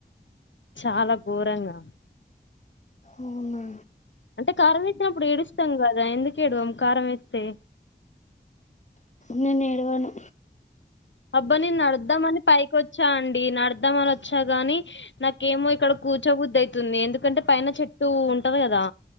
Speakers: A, on the left; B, on the left.
A: చాలా ఘోరంగా
B: అవునా
A: అంటే కారం వేసినప్పుడు ఏడుస్తాం కదా ఎందుకు ఎడ్వం కారం వేస్తే
B: నేను ఎడ్వను
A: అబ్బా నేన్ నడుద్దమని పైకి వ వచ్చా అండి నడుద్దామని వచ్చా గాని నాకేమో ఇక్కడ కూర్చోబుద్దు అయితుంది ఎందుకంటే పైన చెట్ టూ ఉంటది కదా